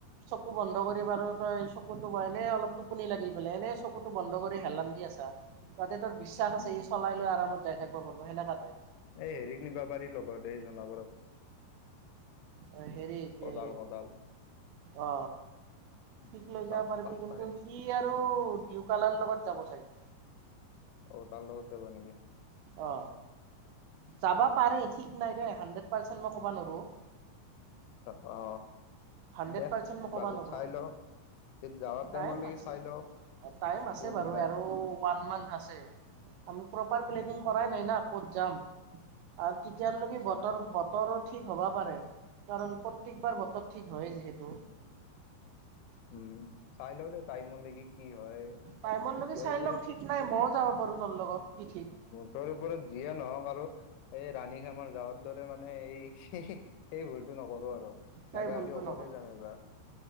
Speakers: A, on the right (about 80°); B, on the left (about 80°).
A: চকু বন্ধ কৰি বাৰু তই চকুতো এনে অলপ টোপনি লাগিল বোলে, এনে চকুতো বন্ধ কৰি হেলান্ দি আছা তাতে তোৰ বিশ্বাস আছে,
B: উম
A: ই চলাই লৈ আৰামত যাই থাকিব পাৰব সেনেকা তাই।
B: এই হেৰিক নিব পাৰি লগত, এই জুনবত
A: অ হেৰি কি
B: কদাল কদাল
A: অ
B: উম,
A: ঠিক লৈ
B: তাক
A: যাব পাৰিবি
B: তাক
A: কিন্তু!
B: পাৰে
A: কি আৰু দিউকালাৰ লগত যাব চাগে?
B: অ তাৰ লগত যাব নেকি?
A: অ, যাবা পাৰে ঠিক নাই দেই হাড্ৰেড পাৰ্চেন্ট মই ক'বা নোৱাৰো।
B: অ অ
A: হাণ্ড্ৰেড
B: দে
A: পাৰ্চেন্ট মই
B: বাৰু
A: ক'বা নোৱাৰো
B: চাই ল যাৱাৰ টাইমলৈকে
A: টাইম আছে,
B: চাই ল
A: টাইম আছে
B: কোন
A: বাৰু,
B: ওলাই
A: আৰু ওৱান মান্থ আছে। আমি প্ৰপাৰ প্লেনিং
B: উম
A: কৰাই নাই না ক'ত যাম? আৰু তেতিয়ালৈকে
B: চাই
A: বতৰ
B: হ'ব দে
A: বতৰত ঠিক হ'বা পাৰে, কাৰণ প্ৰত্যেকবাৰ বতৰ ঠিক হয় যিহেতু,
B: উম। চাই ল দে টাইমলৈকে কি হয়?
A: টাইমৰলৈকে
B: মুঠৰ
A: চাই
B: ওপৰত
A: লম, ঠিক নাই মইও যাব পাৰো তোৰ লগত কি ঠিক
B: তোৰ ওপৰত জিয়ে নহওক আৰু এই ৰাণী খামাৰ যাৱাৰ দৰে মানে, এই এই ভুলতো নকৰো আৰু।
A: সেই
B: লাগা
A: ভুলটো
B: হলি অকলে
A: নকৰিবি
B: যাম এইবাৰ।